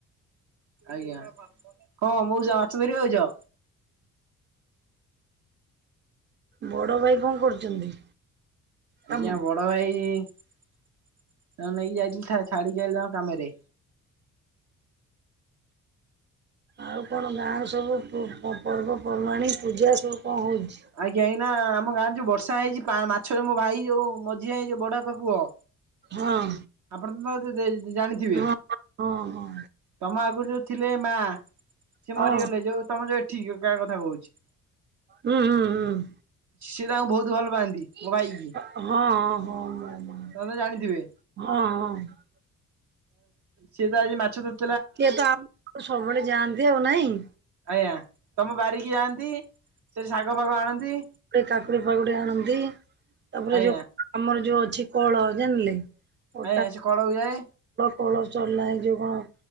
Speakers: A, on the right; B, on the right.
A: ଆଜ୍ଞା କଣ ମଉସା ମାଛ ଧରିବାକୁ ଆଇଛ।
B: ବଡ ଭାଇ କଣ କରୁଛନ୍ତି? କାମ
A: ଆଜ୍ଞା ବଡ ଭାଇ ନେଇକି ଯାଇଥିଲି ଛାଡିକି ଆଇଲି ତାଙ୍କ କାମ ରେ।
B: ଆଉ କ ଣ ଗାଁରେ ସବୁ ପର୍ବପର୍ବାଣିୀ ପୂଜା ସବୁ କଣ ହେଉଛି?
A: ଆଜ୍ଞା ଏଇନା ଆମ ଗାଁରେ ଯୋଉ ବର୍ଷା ହେଇଚି ପା ମାଛରେ ମୋ ଭାଇ ଯୋଉ ମଝିଆ ହେଇ ଯୋଉ ବଡ ବାପା ପୁଅ
B: ହଁ।
A: ଆପଣ ତ ତ ଜାଣିଥିବେ?
B: ହଁ ହଁ ହଁ
A: ତମ ଆଗରୁ ଯୋଉ ଥିଲେ ମା ସେ
B: ହଁ
A: ମରିଗଲେ ଯୋଉ ତମ ଯୋଉ ଏଠିକା ତା କଥା କହୁଛି।
B: ହୁଁ ହୁଁ ହୁଁ।
A: ସିଏ ତାଙ୍କୁ ବହୁତ ଭଲ ପାଆନ୍ତି।
B: ହଁ
A: ମୋ ଭାଇ କି
B: ହଁ ହଁ ମୋ
A: ତମେ
B: ମା
A: ତ ଜାଣିଥିବେ।
B: ହଁ ହିଁ।
A: ସିଏ ତ ଆଜି ମାଛ ତ
B: କିଏ ତ ଆମ ସବୁବେଳେ ଯାଆନ୍ତି ଆଉ ନାଇଁ?
A: ଆଜ୍ଞା ତମ ବାରିକି ଯାଆନ୍ତି ସେଠି ଶାଗ ଫାଗ ଆଣନ୍ତି।
B: କାକୁଡି ଫାକୁଡି ଆଣନ୍ତି ତାପରେ
A: ଆଜ୍ଞା
B: ଯୋଉ ଆମର ଯୋଉ ଅଛି କଳ ଜାଣିଲେ ଅ
A: ଆଜ୍ଞା
B: ଟା
A: ସେ କଳକୁ ଯାଏ
B: କଳ ଚଲାଏ ଯୋଉ କଣ